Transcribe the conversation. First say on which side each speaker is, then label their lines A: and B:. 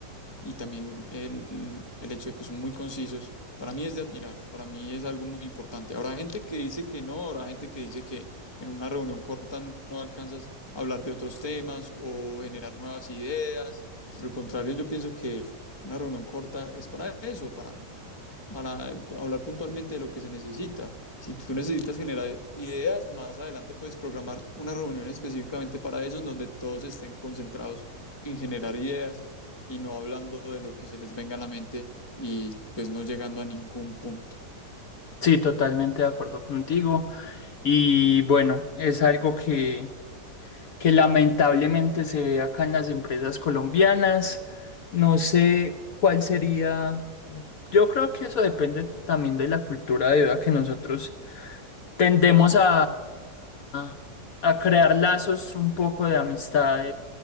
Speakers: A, on the left; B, on the left.
A: y también el, el hecho de que son muy concisos, para mí es de admirar, para mí es algo muy importante. Habrá gente que dice que no, habrá gente que dice que en una reunión corta no alcanzas a hablar de otros temas o generar nuevas ideas. Por el contrario, yo pienso que una reunión corta es para eso, para para hablar puntualmente de lo que se necesita. Si tú necesitas generar ideas, más adelante puedes programar una reunión específicamente para eso, en donde todos estén concentrados en generar ideas y no hablando de lo que se les venga a la mente y pues no llegando a ningún punto.
B: Sí, totalmente de acuerdo contigo. Y bueno, es algo que, que lamentablemente se ve acá en las empresas colombianas. No sé cuál sería. Yo creo que eso depende también de la cultura debido a que nosotros tendemos a, a, a crear lazos un poco de amistad